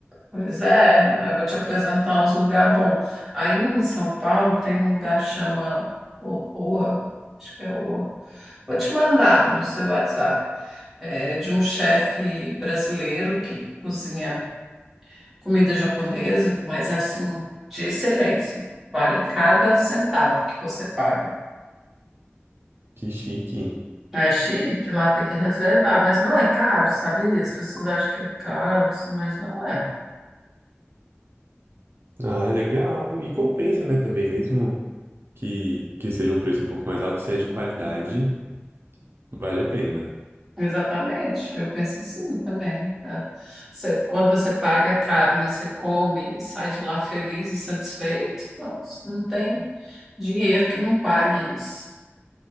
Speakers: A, in the centre; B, on the right.
A: Pois é, eu vou te apresentar uns lugares bons. Aí em São Paulo tem um lugar que chama O- Oa, acho que é Oa. Vou te mandar no seu WhatsApp. é, de um chefe brasileiro que cozinha comida japonesa, mas é, assim, de excelência. Vale cada centavo que você paga.
B: Que chique.
A: É chique, lá tem que reservar, mas não é caro, sabia? As pessoas acham que é caro, assim, mas não é.
B: Ah, é legal. E compensa, né? Também, mesmo que, que seja um preço um pouco mais alto, se é de qualidade. Vale a pena.
A: Exatamente, eu penso assim também. tá? Você- quando você paga é caro, mas você come e sai de lá feliz e satisfeito, nossa, não tem dinheiro que não pague isso.